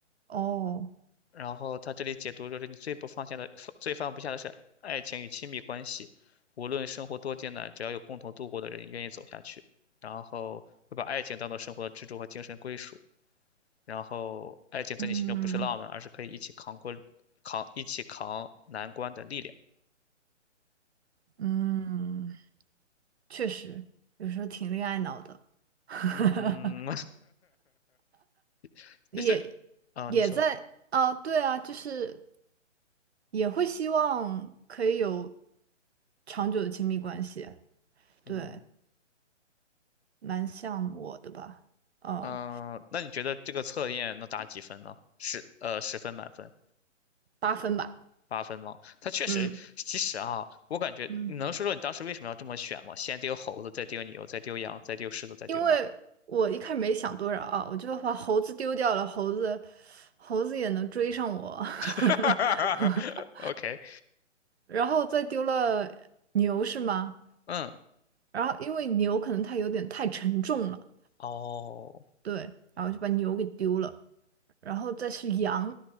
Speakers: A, on the right (about 60°); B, on the left (about 55°).
A: 哦，
B: 然后他这里解读说是你最不放下的、最放不下的是爱情与亲密关系，无论生活多艰难，只要有共同度过的人愿意走下去，然后会把爱情当做生活的支柱和精神归属，然后爱情在你心中不是浪漫，
A: 嗯
B: 而是可以一起扛过、扛一起扛难关的力量。
A: 嗯，确实有时候挺恋爱脑的，<laughs>
B: 嗯，<laughs>
A: 也
B: 就是，啊，
A: 也在啊，
B: 你说，
A: 对啊，就是。也会希望可以有长久的亲密关系，对，
B: 嗯
A: 蛮像我的吧，哦，
B: 嗯，呃那你觉得这个测验能打几分呢？十呃，十分满分。
A: 八分吧，
B: 八分吗？他确实，
A: 嗯
B: 其实啊，我感觉你能说说你当时为什么要这么选吗？
A: 嗯，
B: 先丢猴子，再丢牛，再丢羊，再丢狮子，再丢马。
A: 因为我一开始没想多少啊，我就把猴子丢掉了，猴子猴子也能追上我，
B: <laughs>
A: <laughs>
B: OK，
A: 然后再丢了牛是吗？
B: 嗯，
A: 然后因为牛可能它有点太沉重了，
B: 哦，
A: 对，然后就把牛给丢了。然后再是羊。